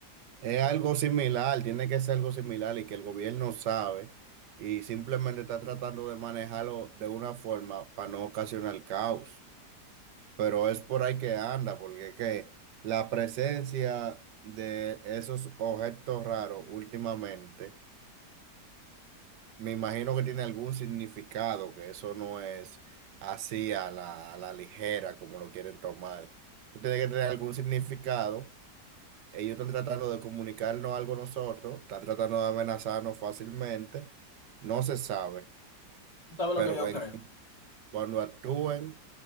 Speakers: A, on the right; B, on the left.
A: es algo similar, tiene que ser algo similar y que el gobierno sabe y simplemente está tratando de manejarlo de una forma para no ocasionar caos. Pero es por ahí que anda, porque es que la presencia de esos objetos raros últimamente. Me imagino que tiene algún significado, que eso no es así a la, a la ligera como lo quieren tomar. Tiene que tener algún significado. Ellos están tratando de comunicarnos algo a nosotros, están tratando de amenazarnos fácilmente. No se sabe,
B: ¿Tú sabes
A: pero
B: lo que yo
A: en
B: creo?
A: cuando actúen,